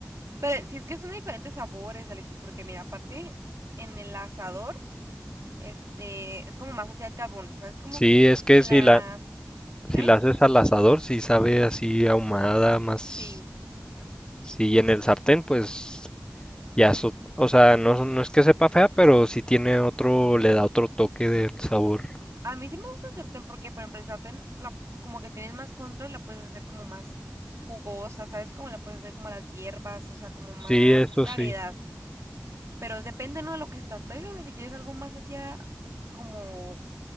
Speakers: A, on the right (about 80°); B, on the left (about 15°).
A: Pero si es que son de diferentes sabores, Alexis, porque mira, aparte en el asador, este, es como más hacia el carbón, ¿sabes? Como,
B: Sí, es
A: y
B: que
A: en
B: si
A: la,
B: la, si
A: ¿eh?
B: la haces al asador, sí sabe así ahumada, más,
A: Sí.
B: sí, en el sartén, pues ya eso, o sea, no, no es que sepa fea, pero sí tiene otro, le da otro toque del sabor.
A: A mí sí me gusta el sartén porque, por ejemplo, el sartén, la, como que tienes más control, la puedes hacer como más jugosa, ¿sabes? Como la puedes hacer como las hierbas, o sea, como más
B: Sí, eso
A: variedad.
B: sí.
A: Pero depende, ¿no? De lo que se te antoje, o si quieres algo más hacia como